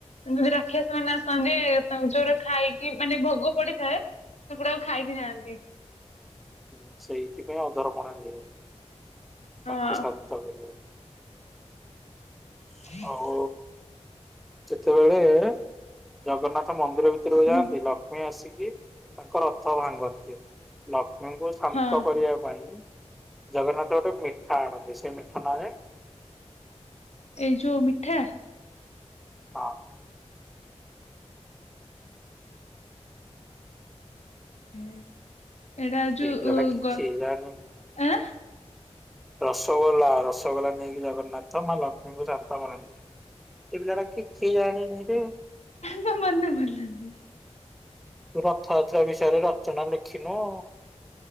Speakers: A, on the left; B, in the centre.
A: ଯଦି ରାକ୍ଷସ ମାନେ ଆସନ୍ତି ଯୋଉଟା ଖାଇକି ମାନେ ଭୋଗ ପଡିଥାଏ ସେଗୁଡାକୁ ଖାଇକି ଯାଆନ୍ତି।
B: ହୁଁ ସେଇଥିପାଇଁ ଅଧାର ପଣା ଦିଆ ହୁଏ।
A: ହଁ।
B: ତାଙ୍କୁ ଶାନ୍ତ କରିବାକୁ
A: <inaudible>
B: ଆଉ ଯେତେବେଳେ ଜଗନ୍ନାଥ ମନ୍ଦିର ଭିତରକୁ ଯାଆନ୍ତି
A: ହଁ
B: ଲକ୍ଷ୍ମୀ ଆସି ତାଙ୍କ ରଥ ଭାଙ୍ଗନ୍ତି। ମାଙ୍କୁ ଶାନ୍ତ
A: ହଁ
B: କରିବା ପାଇଁ ଜଗନ୍ନାଥ ଗୋଟେ ମିଠା ଆଣନ୍ତି ସେଇ ମିଠା ନାଁ ଜାଣିଚୁ?
A: ଏଇ ଯୋଉ ମିଠା
B: ହଁ।
A: ହୁଁ। ଏଇଟା
B: ଏଇ
A: ଯଉ
B: ପିଲାଟା କିଛି
A: ଗ
B: ଜାଣିନି।
A: ଆ
B: ରସଗୋଲା ରସଗୋଲା ନେଇକି ଜଗନ୍ନାଥ ମା ଲକ୍ଷ୍ମୀଙ୍କୁ ଶାନ୍ତ କରାନ୍ତି। ଏଇ ପିଲାଟା କିଛି ଜାଣିନିରେ।
A: ମୋ ମନେ ପଡ଼ିଲାନି
B: ତୁ ରଥଯାତ୍ରା ବିଷୟରେ ରଚନା ଲେଖିନୁ ଆଉ?